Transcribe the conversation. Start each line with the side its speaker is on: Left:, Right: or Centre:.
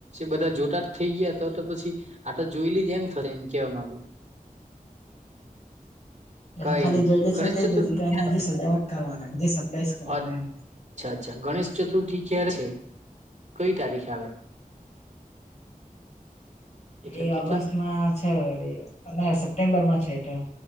Right: બધા જોતાથઈ ગયા તો તો પછી, આતો જોઈ લ જ એમ થશે એમ કેવા માંગુ.
Left: એ તો
Right: કઈ
Left: ખાલી
Right: નહી
Left: જોયેલી છે
Right: ગણેશ
Left: તે
Right: ચતુર્થી
Left: જ હજી તોને
Right: ક્યારે
Left: હજી કરવાના સરપ્રાઈઝ કરવાના
Right: આવે?
Left: એમ.
Right: અચ્છા અચ્છા ગણેશ ચતુર્થી ક્યારે છે કઈ તારીખે આવે? એટલે
Left: એ
Right: કેટલા
Left: ઓગસ્ટમાં છે અને સપ્ટેમ્બર માં છે એટ.